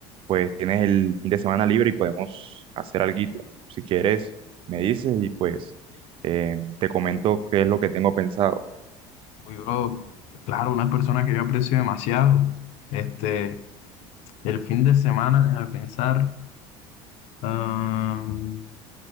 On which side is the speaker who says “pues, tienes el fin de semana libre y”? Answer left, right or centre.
Right